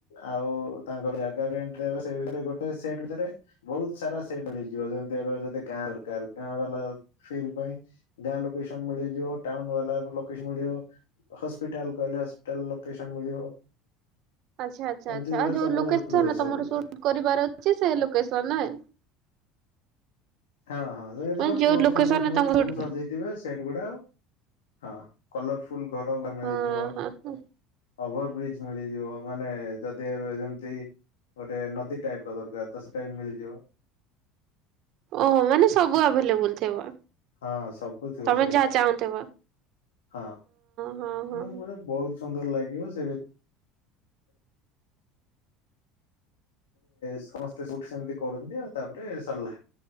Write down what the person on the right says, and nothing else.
ଆଛା ଆଚ୍ଛା
ଆଛା
ଆଉ ଯୋଉ
ଲୋକେସନ
ତମର
ସୁଟ କରିବାର ଅଛି ସେ ଲୋକସନ ନାଇ,
ମାନେ ଯୋଉ
ଲୋକେସନରେ
ତମେ
ସୁଟ
ହଁ ହଁ ହଁ
ଓହୋ ମାନେ ସବୁ ଆଭେଲେବୁଲ ଥିବ।
ତମେ
ଯାହା ଚାହୁଁଥିବ।
ହଁ ହଁ